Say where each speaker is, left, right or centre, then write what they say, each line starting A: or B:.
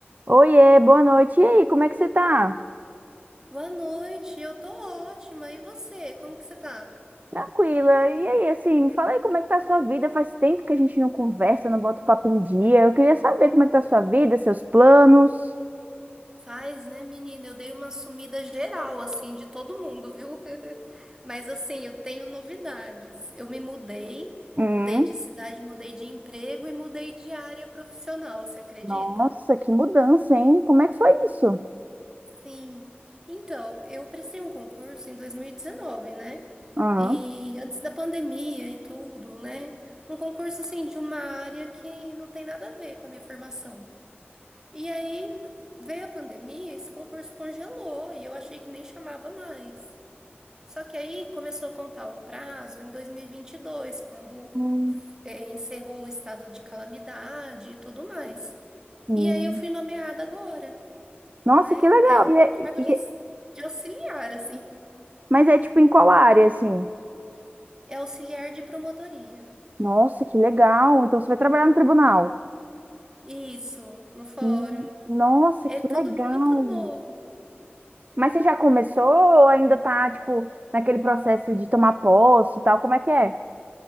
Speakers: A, on the right; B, on the right.
A: Oiê, boa noite. E aí, como é que você tá?
B: Boa noite, eu tô ótima. E você? Como que você tá?
A: Tranquila. E aí, assim, me fala aí como é que tá a sua vida. Faz tempo que a gente não conversa, não bota o papo em dia. Eu queria saber como é que tá a sua vida, seus planos.
B: Faz, né, menina? Eu dei uma sumida geral, assim, de todo mundo, viu? <laughs> Mas, assim, eu tenho novidades. Eu me mudei,
A: Hum,
B: mudei de cidade, mudei de emprego e mudei de área profissional, você acredita?
A: Nossa, que mudança, hein? Como é que foi isso?
B: Sim. Então, eu prestei um concurso em 2019, né?
A: aham.
B: E antes da pandemia e tudo, né? Um concurso, assim, de uma área que não tem nada a ver com a minha formação. E aí veio a pandemia, esse concurso congelou e eu achei que nem chamava mais. Só que aí começou a contar o prazo em 2022, quando
A: Hum,
B: f- eh, encerrou o estado de calamidade e tudo mais.
A: hum.
B: E aí eu fui nomeada agora,
A: Nossa,
B: né?
A: que legal.
B: É um
A: E é- e-
B: cargo
A: e-
B: de, aux- de auxiliar, assim.
A: mas é tipo em qual área, assim?
B: É auxiliar de promotoria.
A: Nossa, que legal. Então você vai trabalhar no tribunal.
B: Isso, no fórum.
A: Hum, Nossa,
B: É
A: que
B: tudo
A: legal.
B: muito novo.
A: Mas você já começou ou ainda tá, tipo, naquele processo de tomar posse e tal? Como é que é?